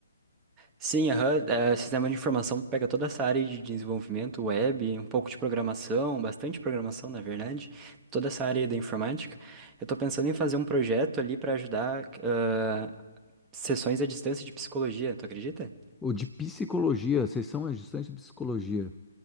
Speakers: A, on the right; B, in the centre.
A: Sim, aham, é, sistema de informação pega toda essa área de desenvolvimento web, um pouco de programação, bastante programação, na verdade, toda essa área da informática. Eu tô pensando em fazer um projeto ali para ajudar ah, sessões à distância de psicologia, tu acredita?
B: Ou de psicologia, vocês são estudantes de psicologia.